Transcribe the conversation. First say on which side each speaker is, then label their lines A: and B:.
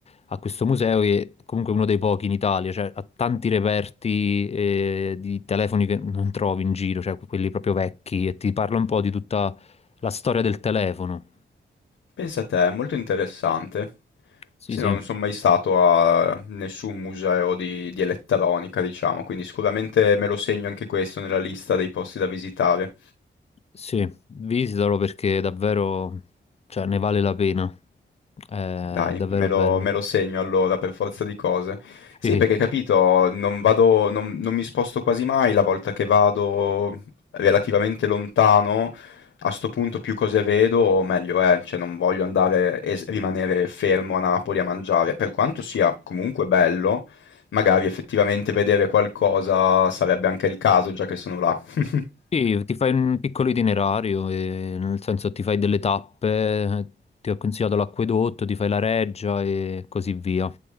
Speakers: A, on the left; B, on the left.
A: a questo museo, che è comunque uno dei pochi in Italia, cioè ha tanti reperti eh, di telefoni che non trovi in giro, cioè quelli proprio vecchi, e ti parla un po' di tutta la storia del telefono.
B: Pensa te, è molto interessante.
A: Sì,
B: Sì,
A: sì.
B: no, non sono mai stato a nessun museo di, di elettronica, diciamo, quindi sicuramente me lo segno anche questo nella lista dei posti da visitare.
A: Sì, visitalo perché davvero, cioè, ne vale la pena. È
B: Dai,
A: davvero
B: me
A: bello.
B: lo, me lo segno allora per forza di cose. Sì,
A: Sì,
B: perché capito, non vado, non, non mi sposto quasi mai la volta che vado relativamente lontano, a sto punto più cose vedo, meglio è, cioè non voglio andare e s- rimanere fermo a Napoli a mangiare, per quanto sia comunque bello, magari effettivamente vedere qualcosa sarebbe anche il caso, già che sono là. <laughs>
A: Sì, ti fai un piccolo itinerario, e, nel senso ti fai delle tappe, ti ho consigliato l'acquedotto, ti fai la reggia e così via.